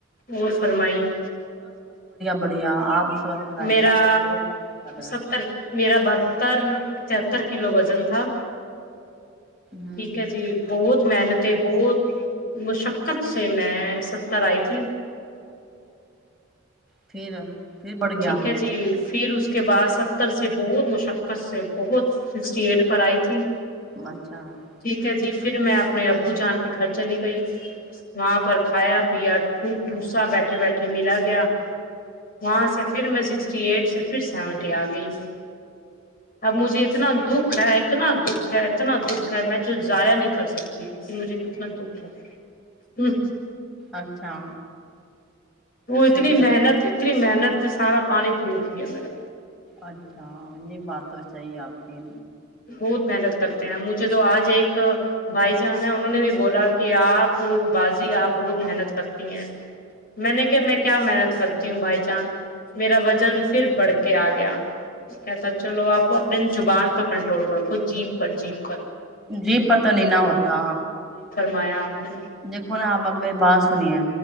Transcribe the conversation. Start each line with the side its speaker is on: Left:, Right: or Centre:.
Left: اور فرمائیے
Centre: بڑیا آپ سبت بتائیے
Left: میرا
Centre: آپ کا شور کر رہے ہیں
Left: ستر میرا بہتر تتر کلو وزن تھا
Centre: ہوں
Left: ٹھیک ہے جی بہت محنتیں بہت مشقت سے میں ستر آئی تھی
Centre: پھر پھر بڑھ گیا
Left: ٹھیک ہے جی پھر اس کے بعد ستر سے بہت مشقت سے بہت سکسٹی ایٹ پر آئی تھی
Centre: <unintelligible>
Left: ٹھیک ہے جی پھر میں اپنے ابو جان کے گھر چلی گئی وہاں پر کھایا پیا خوب ٹوسا بیٹھ اٹھے بیٹھے ملا گیا وہاں سے پھر میں سکسٹی ایٹ سے پھر سیونٹی آ گئی ہ اب مجھے اتنا دکھ ہے اتنا دکھ ہےاتنا دکھ ہے میں جو ضائع نہیں کر سکتی کہ مجھے کتنا دکھ ہے ہ
Centre: اچھا
Left: وہ اتنی
Centre: ٹھیک ہے
Left: محنت اتنی محنت سے سارا پانی پھینر دیا میرا
Centre: اچھا یہ بات تو صحیح آپ کے
Left: بہت محنت کرتے ہیں مجھے تو آج ایک بھائی جان ہے انہوں نے بھی بولا کہ آپ بازی آپ بہت محنت کرتی ہیں میں نے کہ میں کیا محنت کرتی ہوں بھائی جان میرا وزن پھر بڑھ کے آ گیا کہتا چلو آپ اپنی چبان کنٹرول کرو کو جیپ پر جیپ
Centre: جی پتا نہیں نہا ہوتا
Left: ایا آپ نے
Centre: دیکھو نا آب اب میری بات سنی ہے